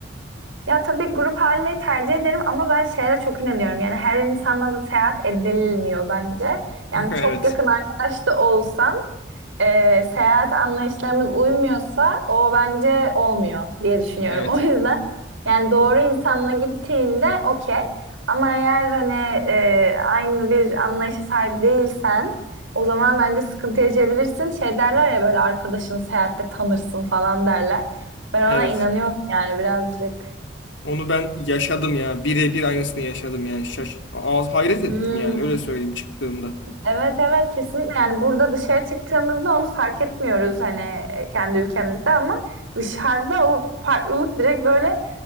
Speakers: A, on the right (about 85°); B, on the left (about 75°).
A: Ya tabii grup halini tercih ederim ama ben şeye de çok inanıyorum. Yani her insanla da seyahat edilmiyor bence.
B: <laughs>
A: Yani
B: Evet.
A: çok yakın arkadaş da olsam e, seyahat anlayışlarımız uymuyorsa o bence olmuyor diye düşünüyorum.
B: Evet.
A: <laughs> O yüzden yani doğru insanla gittiğinde okey. Ama eğer hani e, aynı bir anlayışa sahip değilsen o zaman bence sıkıntı yaşayabilirsin. Şey derler ya böyle arkadaşını seyahatte tanırsın falan derler. Ben
B: Evet.
A: ona inanıyorum yani birazcık.
B: Onu ben yaşadım ya. Birebir aynısını yaşadım yani. Şaş Ağız hayret ettim
A: Hmm.
B: yani öyle söyleyeyim çıktığımda.
A: Evet evet kesinlikle yani burada dışarı çıktığımızda onu fark etmiyoruz hani e, kendi ülkemizde ama dışarıda o farklılık direkt böyle